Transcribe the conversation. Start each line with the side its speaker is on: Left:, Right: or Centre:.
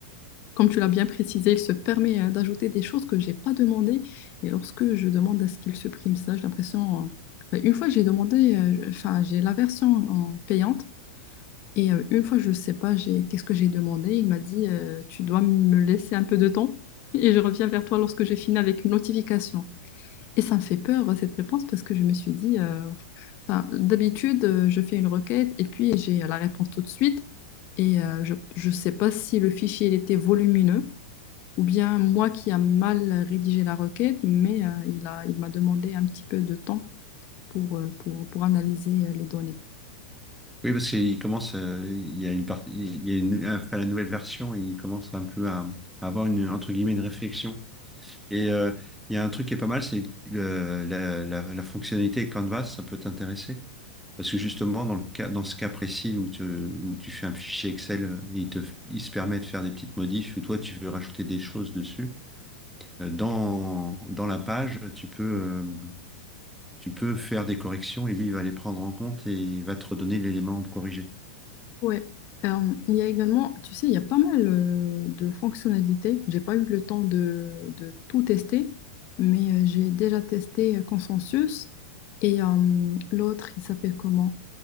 Left: Comme tu l'as bien précisé, il se permet euh, d'ajouter des choses que j'ai pas demandées. Et lorsque je demande à ce qu'il supprime ça, j'ai l'impression... euh, ben, une fois, j'ai demandé, euh, je- enfin, j'ai la version en payante. Et euh, une fois, je sais pas, j'ai qu'est-ce que j'ai demandé. Il m'a dit, euh, tu dois me laisser un peu de temps et je reviens vers toi lorsque j'ai fini avec une notification. Et ça me fait peur, cette réponse, parce que je me suis dit, euh, enfin, d'habitude, euh, je fais une requête et puis j'ai la réponse tout de suite. Et euh, je ne sais pas si le fichier il était volumineux ou bien moi qui a mal rédigé la requête, mais euh, il a, il m'a demandé un petit peu de temps pour, euh, pour, pour analyser euh, les données.
Centre: Oui, parce qu'il commence, euh, il y a une partie, il y a une, enfin, la nouvelle version, il commence un peu à, à avoir une, entre guillemets, une réflexion. Et euh, il y a un truc qui est pas mal, c'est le- la, la, la fonctionnalité Canvas, ça peut t'intéresser. Parce que justement, dans le cas, dans ce cas précis où tu, où tu fais un fichier Excel, euh, il te, il se permet de faire des petites modifs, ou toi, tu veux rajouter des choses dessus. Euh, Dans, dans la page, tu peux, euh, tu peux faire des corrections et lui, il va les prendre en compte et il va te redonner l'élément corrigé.
Left: Ouais. Euh, il y a également, tu sais, il y a pas mal euh, de fonctionnalités. J'ai pas eu le temps de, de tout tester, mais euh, j'ai déjà testé euh, Consensus et euh, l'autre, il s'appelle comment?